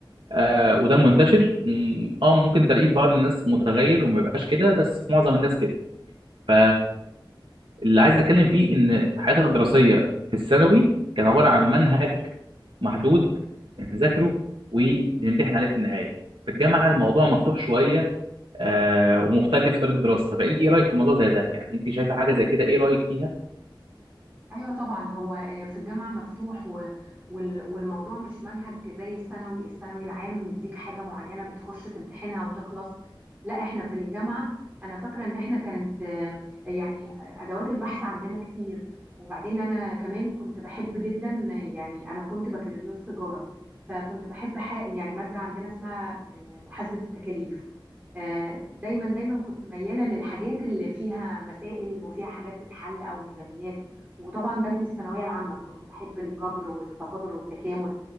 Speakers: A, on the right; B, on the right.
A: آه وده المنتشر م- اه ممكن تلاقيه في بعض الناس متغير وما يبقاش كده بس في معظم الناس كده ف اللي عايز اتكلم فيه ان حياتنا الدراسيه في الثانوي كان عباره عن منهج محدود بنذاكره وبنمتحن عليه في النهايه في الجامعه الموضوع مفتوح شويه آه ومختلف في طريقه الدراسه فانت ايه رايك في موضوع زي ده يعني انت شايفه حاجه زي كده ايه رايك فيها
B: ايوه طبعا هو آه، في الجامعه مفتوح و- وال- والموضوع مش منهج زي الثانوي الثانوي العام مديك حاجه معينه بتخش تمتحنها وتخلص لا احنا في الجامعه انا فاكره ان احنا كانت آه، يعني آه، ادوات البحث عندنا كتير وبعدين انا كمان كنت بحب جدا يعني انا كنت بكالوريوس تجاره فكنت بحب ح- يعني ماده عندنا اسمها آه، محاسبه التكاليف آه، دايما دايما كنت مياله للحاجات اللي فيها مسائل وفيها حاجات تتحل او ميزانيات وطبعا ده من الثانويه العامه كنت بحب الجبر والتفاضل والتكامل